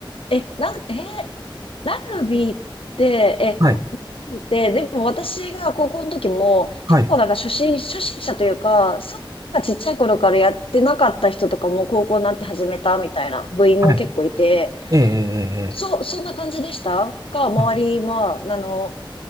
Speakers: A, on the left; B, on the right.
A: ー、え、なん、えー、ラグビーって、え、
B: はい、
A: ラグビーって、でも私が高校の時も、
B: はい、
A: 結構なんか初心、初心者というか、そんなちっちゃい頃からやってなかった人とかも高校になって始めたみたいな部員も結構いて、
B: はい。ええ、ええ、
A: そ、
B: ええ。
A: そんな感じでしたか周りは、
B: うん
A: あの、